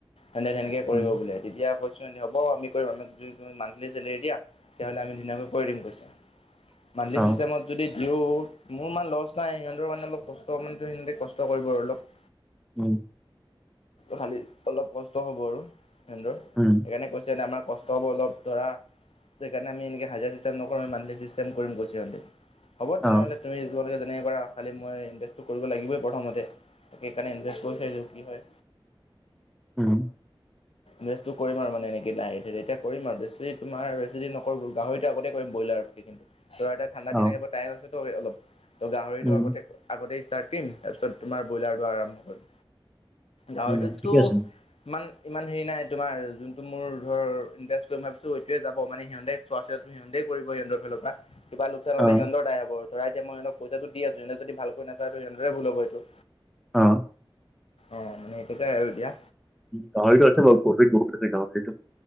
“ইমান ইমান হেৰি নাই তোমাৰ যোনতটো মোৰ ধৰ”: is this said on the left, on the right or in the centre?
Left